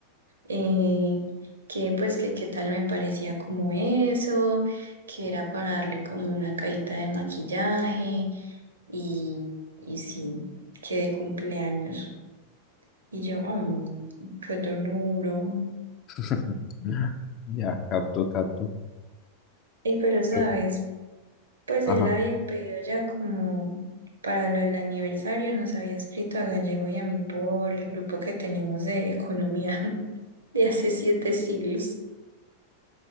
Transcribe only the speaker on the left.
<laughs> Ya, capto, capto.
Creo-
Ajá,